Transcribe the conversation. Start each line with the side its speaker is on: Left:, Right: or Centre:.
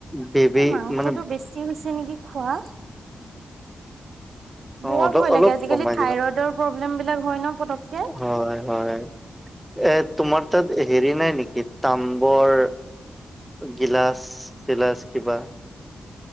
Centre: বেবী
Right: এই মাংসটো
Centre: মানে
Right: বেছি হৈছে নেকি খোৱা। বৰ
Centre: অ অলপ
Right: ভয় লাগে
Centre: অলপ
Right: আজিকালি
Centre: কমাই
Right: থাইৰইডৰ
Centre: দিবা
Right: প্ৰব্লেম বিলাক হয় ন। পতককে
Centre: হয় হয় এ তোমাৰ তাত হেৰি নাই নেকি? তাম্বৰ গিলাচ চিলাচ কিবা?